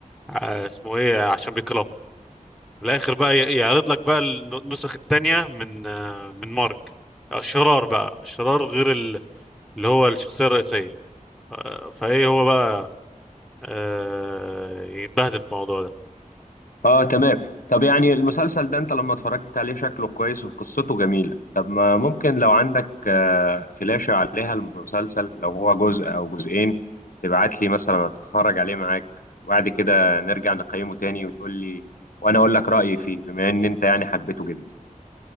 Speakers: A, in the centre; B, on the left.
A: آه، اسمه ايه عشان بيكرهه في الاخر بقى ي- يعرض لك بقى الن- النسخ التانية من آه، من مارك الشرار بقى الشرار غير ال- اللي هو الشخصية الرئيسية آه، فايه هو بقى آه، يتبهدل في الموضوع ده
B: اه تمام طب يعني المسلسل ده انت لما اتفرجت عليه شكله كويس وقصته جميلة طب ما ممكن لو عندك آه، فلاشة عليها المسلسل لو هو جزء او جزئين تبعت لي مثلا اتفرج عليه معاك وبعد كده نرجع نقيمه تاني وتقول لي وانا اقول لك رأيي فيه بما ان انت يعني حبيته جدا